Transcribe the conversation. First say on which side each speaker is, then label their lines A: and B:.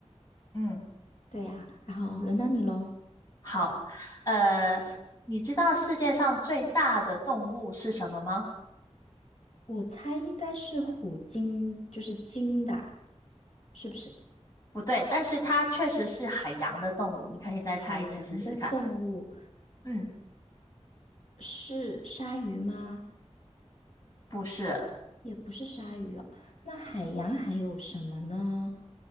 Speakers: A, on the left; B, on the left.
A: 嗯，
B: 对呀，然后轮到你喽。
A: 好，呃，你知道世界上最大的动物是什么吗？
B: 我猜应该是虎鲸，就是鲸吧？是不是？
A: 不对，但是它确实是海洋的动物，你可以再猜一次试试看。
B: 海洋的动物
A: 嗯，
B: 是鲨鱼吗？
A: 不是，
B: 也不是鲨鱼哦，那海洋还有什么呢？